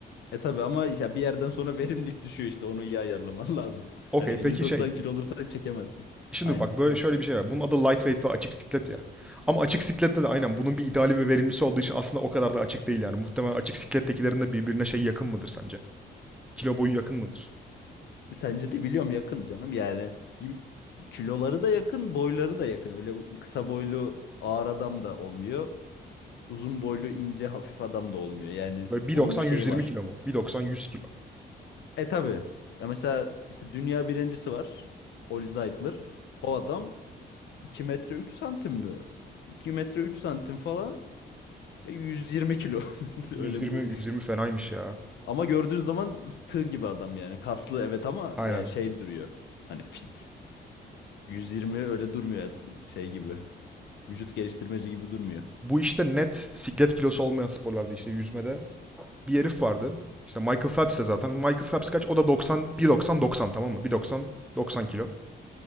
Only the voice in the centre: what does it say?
Okey
peki
şey
Şimdi
bak böyle
şöyle bir şey var. Bunun adı lightweight ve açık siklet ya. Ama açık siklette de aynen bunun bir ideali ve verimlisi olduğu için aslında o kadar da açık değil yani. Muhtemelen açık siklettekilerin de birbirine şey yakın mıdır sence? Kilo boyu yakın mıdır?
Böyle bir
doksan
yüz yirmi
kilo mu? bir doksan yüz kilo.
yüz
yirmi
yüz yirmi fenaymış ya.
Aynen.
Bu işte net siklet kilosu olmayan sporlarda işte yüzmede bir herif vardı. İşte Michael Phelps de zaten. Michael Phelps kaç? O da doksan bir doksan doksan tamam mı? bir doksan doksan kilo.